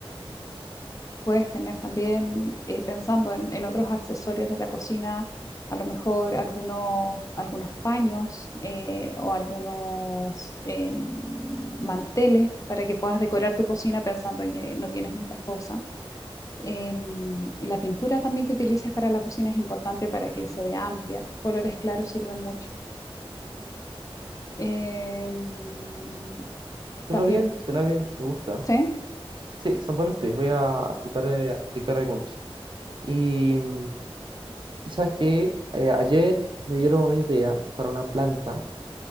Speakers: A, on the left; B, on the right.
A: puedes tener también, eh, pensando en, en otros accesorios de la cocina, a lo mejor algunos, algunos paños eh, o algunos eh, manteles para que puedas decorar tu cocina pensando en que no tienes muchas cosas. Em, la pintura también que utilices para la cocina es importante para que se vea amplia. Colores claros sirven mucho. Em,
B: Suena
A: también,
B: bien, suena bien, me gusta.
A: sí,
B: Sí, son buenos tips. Voy a tratar de aplicar algunos. Y, mm, y sabes que ayer me dieron una idea para una planta